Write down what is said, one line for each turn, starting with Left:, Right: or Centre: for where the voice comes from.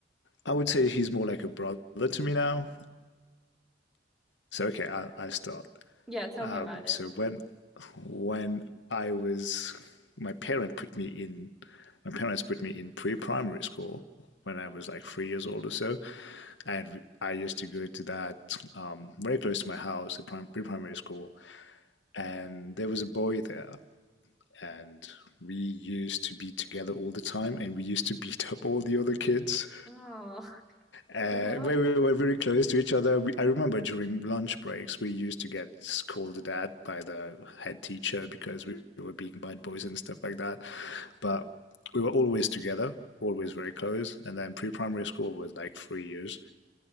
Left: I would say he's more like a brother to me now. So, okay, I'll, I'll start.
Centre: Yeah, tell
Left: Um,
Centre: me about it.
Left: so when when I was my parent put me in my parents put me in pre-primary school when I was like three years old or so, and I used to go to that um, very close to my house, a pre-primary school, and there was a boy there, and we used to be together all the time, and we used to beat up all the other kids
Centre: Oh, <laughs>
Left: uh,
Centre: what?
Left: we were very close to each other. We, I remember during lunch breaks, we used to get scolded at by the head teacher because we were being bad boys and stuff like that. But we were always together, always very close. And then pre primary school was like three years.